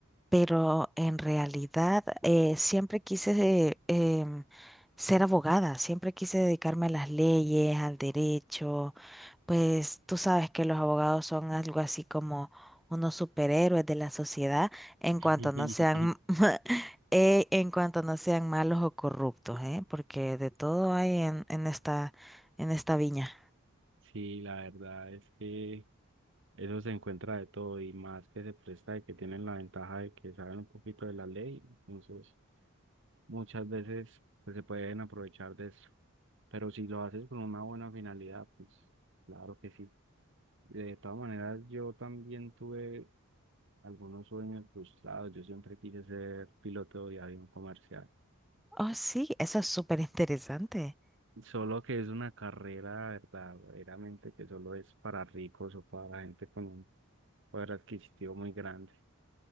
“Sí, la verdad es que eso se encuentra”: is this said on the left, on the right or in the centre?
Right